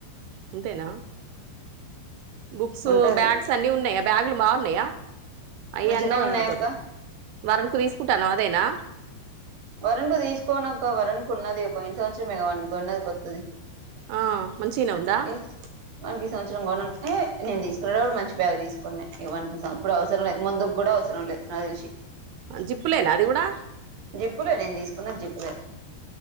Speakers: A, on the right; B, on the right.
A: అంతేనా బుక్స్
B: ఉంటది
A: బ్యాగ్స్ అన్ని ఉన్నాయా బ్యాగులు బాగున్నాయా అయి
B: మంచినే
A: అన్నావు కదా
B: ఉన్నాయక్క
A: నాతోటి వరనుకు తీసుకుంటన్నావు అదేనా
B: వరున్ కు తీసుకొన్నాక వరన్ కు ఉన్నది పోయిన సంవత్సరమే గా వానికి కొన్నది కొత్తది
A: ఆ మంచిగానే ఉందా
B: ఏ మనకి ఈ సంవత్సరం కొనను ఏ నేను తీసుకునేప్పుడు మంచి బ్యాగ్ తీసుకున్నా ఇవన్ కు ఇసాం ఇప్పుడు అవసరం లేదు ముందుకు కూడా అవసరం లేదు నాకు తెలిసి
A: జిప్పులేనా అది కూడా
B: జిప్పులే నేను తీసుకున్న జిప్పులే